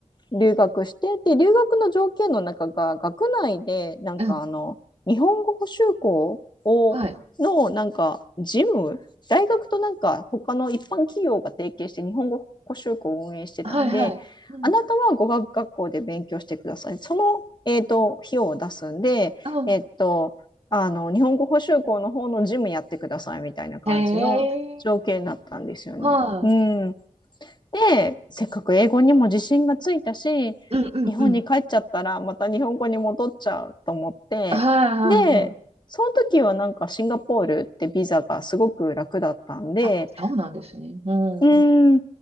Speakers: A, on the left (about 35°); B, on the right (about 50°).
A: 留学して、で、留学の条件の中が、学内で、なんかあの、
B: うん。
A: 日本語補習校を、
B: はい。
A: の、なんか、事務、大学となんか、他の一般企業が提携して、日本語補習校を運営してたんで、
B: はいはい。うん
A: あなたは語学学校で勉強してください。その、えっと、費用を出すんで、
B: うん。
A: えっと、あの、日本語補習校の方の事務やってくださいみたいな感じの条件だったんですよね。
B: へえ。はい。
A: うん。で、せっかく英語にも自信がついたし、
B: うんうんうん。
A: 日本に帰っちゃったらまた日本語に戻っちゃうと思って、
B: はいはいはい。
A: で、その時はなんかシンガポールってビザがすごく楽だったんで、
B: あ、そうなんですね。うん。
A: うーん、
B: うん